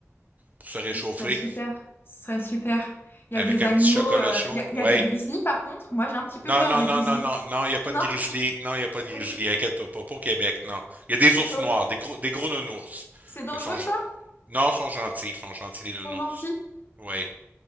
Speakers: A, on the right; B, on the left.
A: pour se réchauffer
B: ce serait super, ce serait super. Il y
A: avec
B: a des
A: un
B: animaux,
A: petit chocolat
B: euh,
A: chaud.
B: il y a, il
A: Ouais.
B: y a des grizzlies par contre. Moi, j'ai un petit peu
A: Non,
B: peur
A: non,
B: des
A: non,
B: grizzlies.
A: non, non, non, il n'y a pas
B: Non,
A: de grizzly. Non, il n'y a pas de
B: <laughs>
A: grizzly.
B: heureusement.
A: Inquiète-toi pas. Pas au Québec, non. Il y a des ours
B: Oh,
A: noirs, des gros, des gros nounours.
B: C'est dangereux
A: Mais ils sont, gen-
B: ça?
A: non, ils sont gentils. Ils sont gentils, les
B: Ils
A: nounours.
B: sont gentils.
A: Oui.